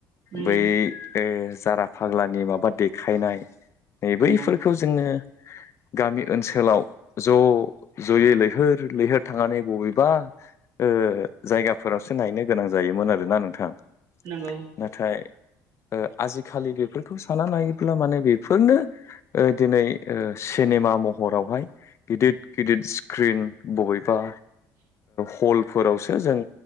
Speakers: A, on the right (about 65°); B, on the left (about 40°).
A: उम
B: बै ओ जारा फाग्लानि माबा देखायनाय बैफोरखौ
A: नंगौ
B: जोङो गामि ओनसोलाव ज' ज'यै लैहोर लैहोर थांनानै बबेबा ओ जायगाफोरावसो नायनो गोनां जायोमोन आरोना नोंथां ‌।
A: नंगौ
B: नाथाय आजिखालि बेफोरखौ साना नायोब्ला माने बेफोरनो दिनै ओ सिनेमा महरावहाय गिदिर गिदिर स्क्रिन बबेबा हलफोरावसो जों